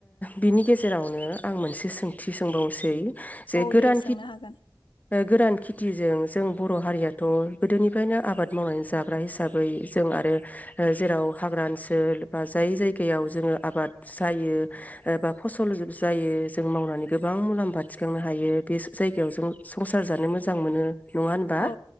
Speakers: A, on the left (about 20°); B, on the left (about 90°).
A: बिनि गेजेरावनो आं मोनसे सोंथि सोंबावसै <unintelligible> जे
B: औ
A: गोदान
B: दे सोंनो
A: खे
B: हागोन
A: गोरान खेथिजों जों बर' हारियाथ' गोदोनिफ्रायनो आबाद मावनानै जा ग्रा हिसाबै जों आरो जेराव हाग्रा ओनसोल बा जाय जायगायाव जोङो आबाद जायो बा फसल ज-जायो जों मावनानै गोबां मुलाम्फा थिखांनो हायो बे ज-जायगायाव जों संसार जानो मोजां मोनो नङा होनबा
B: औ